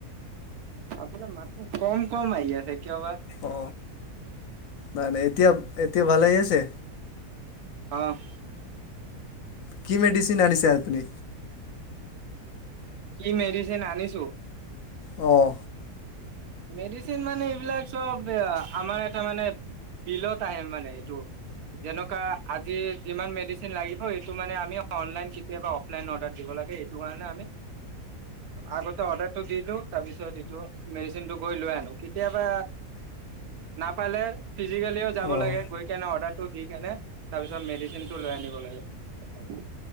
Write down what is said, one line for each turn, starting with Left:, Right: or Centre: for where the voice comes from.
Right: আপোনাৰ মাতটো কম কম আহি আছে কিয় বা
Left: অ নাই নাই এই এতিয়া এতিয়া ভালেই আছে
Right: আহ
Left: কি মেডিছিন আনিছে আপুনি
Right: কি মেডিচিন আনিছো
Left: আহঁ
Right: মেডিচিন মানে এইবিলাকব আমাৰ এটা মানে বিলত আহে মানে এইটো যেনেকুৱা আজি যিমান মেডিচিন লাগ এইটো মানে আমি অনলন কেতিয়াবা অফলাইন অৰ্ডাৰ দিব লাগে সেইটো কাৰণে আগতে অৰ্ডাৰ দি দিও তাৰ পিছত লৈ আনো কেতিয়াবা পালে ফিজিকেলিও যাব
Left: অঁ
Right: লাগে গৈ কেনে অৰ্ডাৰটো দি কেনে তাৰপিছত মেডিচিনটো লৈ আনিব লাগে হয়